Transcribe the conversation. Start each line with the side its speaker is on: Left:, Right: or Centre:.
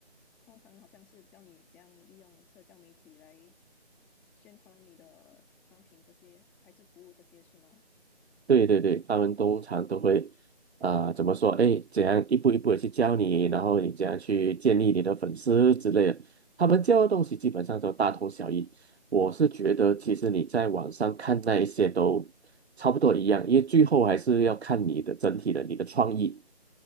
Centre: 通常好像是教你怎样利用社交媒体来宣传你的产品这些，还是服务这些，是吗？
Right: 对对对，他们通常都会，啊、怎么说？哎，怎样一步一步的去教你，然后你怎样去建立你的粉丝之类的。他们教的东西基本上都大同小异。我是觉得，其实你在网上看那一些都差不多一样，因为最后还是要看你的整体的你的创意，